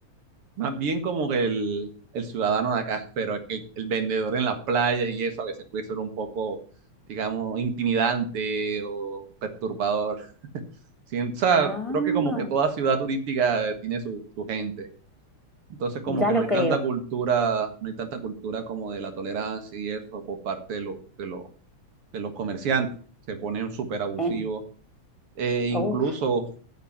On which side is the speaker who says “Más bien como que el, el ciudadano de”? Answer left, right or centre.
Right